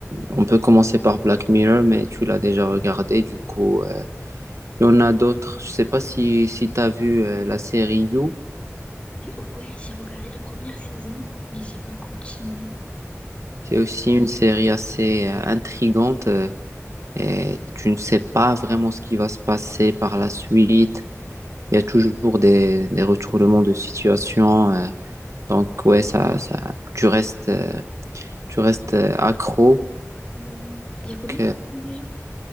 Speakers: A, on the right; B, on the left.
A: on peut commencer par Black Mirror, mais tu l'as déjà regardé, du coup, euh, il y en a d'autres. Je sais pas si, si tu as vu euh, la série You.
B: Et ouais, j'ai regardé la première saison, mais j'ai pas continué.
A: C'est
B: Euh,
A: aussi une série assez euh, intrigante. euh, et tu ne sais pas vraiment ce qui va se passer par la suite. Il y a toujours des, des retournements de situation. euh, donc, ouais, ça, ça, tu restes, euh, tu restes euh, accro.
B: Hmm. Il y a combien
A: que-
B: de saisons déjà?